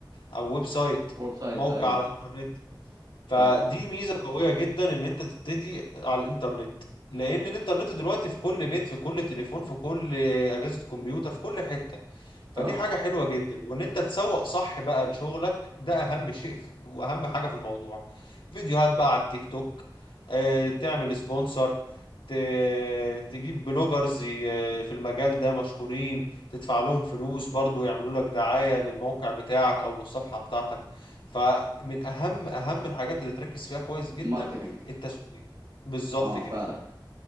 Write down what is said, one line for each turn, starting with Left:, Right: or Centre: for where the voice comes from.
Left: او ويب سايت
Right: ويب سايت
Left: موقع
Right: ايوه
Left: على الانترنت فدي
Right: فعلا
Left: ميزة قوية جدا ان انت تبتدي على الانترنت لان الانترنت دلوقتي في كل بيت في كل تليفون في كل اجهزة كمبيوتر في كل حتة فدي
Right: فعلا
Left: حاجة حلوة جدا وان انت تسوق صح بقى لشغلك ده اهم شيء في- واهم حاجة في الموضوع فيديوهات بقى على التيك توك آه، تعمل سبونسر ت- تجيب بلوجرز ي- في المجال ده مشهورين تدفع لهم فلوس برضو يعملوا لك دعاية للموقع بتاعك او للصفحة بتاعتك فمن اهم اهم الحاجات اللي تركز فيها كويس جدا
Right: الماركتينج
Left: التسويق بالظبط
Right: اه
Left: كده
Right: فعلا